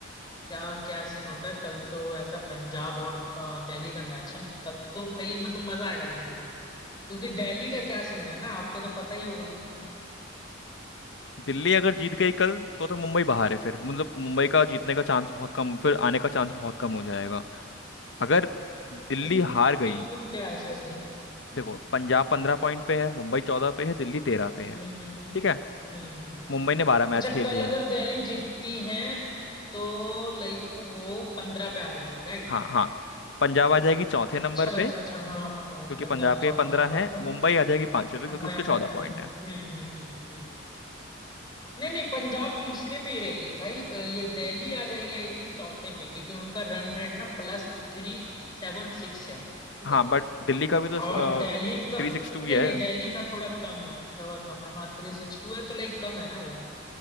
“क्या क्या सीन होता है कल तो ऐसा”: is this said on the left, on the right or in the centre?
Left